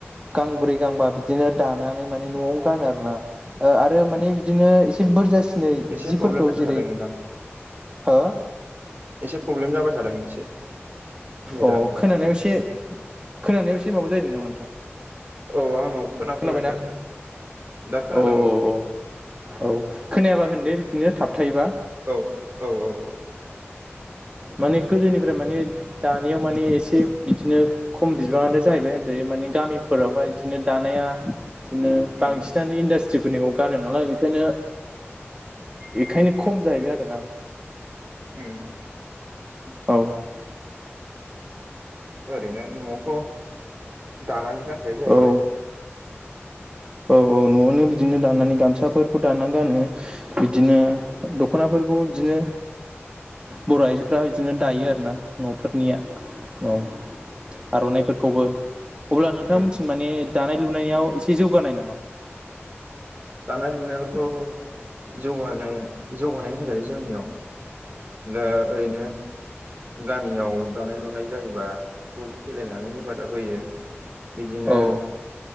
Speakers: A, on the right; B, on the right.
A: गांब्रै गांबा बिदिनो दानानै मा न'आवनो गोनो आरोना आरो माने बिदिनो एसे बुरजासिनै
B: एसे
A: जिफोरखौ
B: प्रब्लेम जाबाय
A: जेरै
B: थादों नोंथां
A: हो
B: एसे प्रब्लेम जाबाय थादों एसे नेटआ
A: अ खोनानायाव एसे खोनानायाव एसे माबा जाहैदों नामा नोंथां?
B: औ आंनाव खोनाफैयाखै
A: खोनाबायना
B: दा खोनादों
A: औ औ औ औ खोनायाबा होनदे बिदि। बिदिनो थाब थायोबा
B: औ औ औ औ
A: माने गोदोनिफ्राय माने दानियाव माने एसे बिदिनो खम बिबाङानो जाहैबाय होनजायो माने गामिफोरावहाय इदिनो दानाया इदिनो
B: उम
A: बांसिनानो इन्दास्त्रि फोरनिखौ गानो नालाय बेखायनो बेखायनो खम जाहैबाय आरो ना?
B: उम
A: औ
B: ओरैनो नआवथ दानानै गानखायो जाहैबाय।
A: औ औ औ नआवनो बिदिनो दानानै गामसाफोरखौ दाना गानो बिदिनो दखना फोरखौ फोरफोरखौबो बिदिनो बर'आइजोफ्रा इदिनो दायो
B: उम
A: आरोना नफोरनिया औ आरनाइफोरखौबो अब्ला नोंथांमोनथिं
B: उम
A: माने दानाय लुनायाव एसे जौगानाय नामा
B: दानाय लुनायावथ' जौगानाय जौगानाय होनजायो जोंनियाव दा ओरैनो गामियाव दानाय लुनाय जायोबा ज‌ ज फैलायनानै हेफाजाब होयो बिदिनो
A: औ